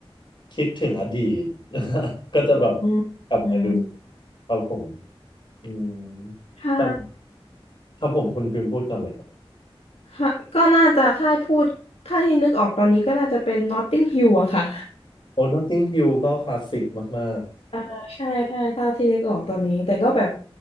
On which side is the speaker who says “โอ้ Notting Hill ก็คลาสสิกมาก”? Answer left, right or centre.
Left